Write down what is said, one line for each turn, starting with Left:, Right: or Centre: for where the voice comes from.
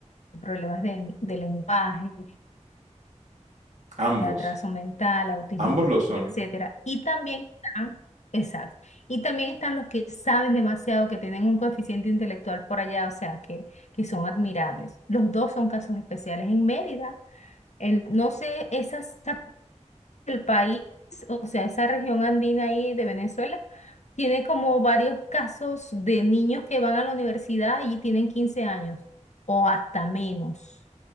Left: problemas de, de lenguaje,
Right: Ambos,
Left: de atraso mental, autismo
Right: ambos lo
Left: leve,
Right: son.
Left: etcétera. Y también están, exacto, y también están los que saben demasiado, que tienen un coeficiente intelectual por allá, o sea, que, que son admirables. Los dos son casos especiales en Mérida. el- no sé, esas el país, o sea, esa región andina ahí de Venezuela, tiene como varios casos de niños que van a la universidad y tienen 15 años o hasta menos,